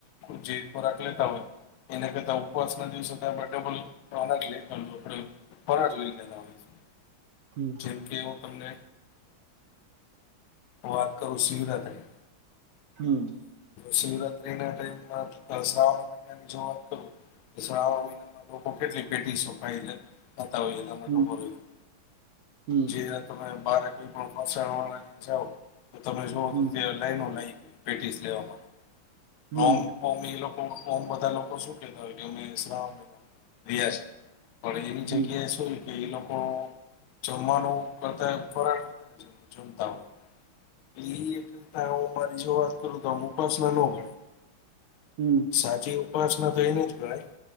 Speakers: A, on the left; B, on the right.
A: <inaudible> જે ખોરાક લેતા હોય એના કરતા ઉપવાસના દિવસે આપણે ડબલના <inaudible> ફરાડ લઈ લેતા હોય છે.
B: હમ
A: જેમ કે હું તમને વાત કહું. <unintelligible>
B: હમ.
A: શિવરાત્રી ના ટાઈમમાં શ્રાવણ મહિનાની, જો વાત કરું તો શ્રાવણ મહિનામાં લોકો કેટલી પેટીસો ખાય છે. ખાતા હોયએ તમને
B: હમ
A: ખબર હોય તો
B: હમ
A: જે આ તમે. બાર કોઈ પણ. <unintelligible> જાવ. તો તમે જેવો
B: હમ
A: તો
B: હમ
A: ત્યાં લાઇનો લાગી પેટીસ લેવા માટે. રમ
B: હમ
A: ઓમ એ લોકો. ઓમ બધા લોકો શું કેતા હોય કે અમે શ્રાવણ મહીનો રહ્યા છે. પણ એવીની
B: હમ
A: જગ્યાએ
B: હમ હમ
A: શું કે એ લોકો જમવાનું કરતા ફરાળ વધારે છે જમતા હોય. <unintelligible> મારી જો વાત કરું તો આ ઉપ ઉપાસના <inaudible>
B: હમ
A: સાચી. ઉપાસના તો એને જ ગણાય